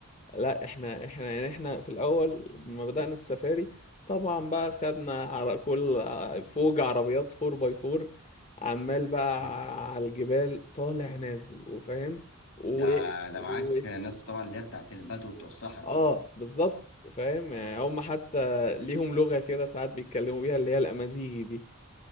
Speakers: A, on the left; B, on the left.
A: لا احنا احنا يعني احنا في الاول لما بدأنا السفاري طبعا بقى خدنا على كل ع- فوج عربيات 4 باي 4 عمال بقى
B: مم.
A: ع- على الجبال طالع نازل وفاهم و...
B: ده ده معاك
A: و...
B: ناس طبعا اللي هي بتاعت البدو بتوع الصحراء
A: اه
B: دول
A: بالظبط فاهم يعني
B: اه
A: هم حتى ليهم لغة كده ساعات بيتكلموا بيها اللي هي الأمازيغي دي